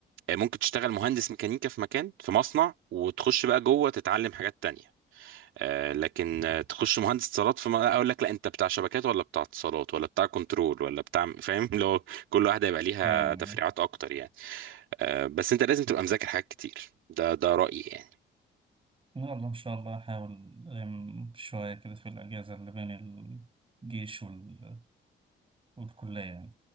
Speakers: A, on the right; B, on the right.
A: آه، ممكن تشتغل مهندس ميكانيكا في مكان في مصنع وتخش بقى جوه تتعلم حاجات تانية آه، لكن آه، تخش مهندس اتصالات في م- اقول لك لا انت بتاع شبكات ولا بتاع اتصالات ولا بتاع كنترول ولا بتاع فاهم <laughs> لو كل واحده يبقى ليها
B: تمام
A: تفريعات اكتر يعني آه، بس انت لازم تبقى مذاكر حاجات كتير ده ده رايي يعني
B: يلا إن شاء الله هحاول ألم شوية كده في الأجازة اللي بين الجيش وال... والكلية يعني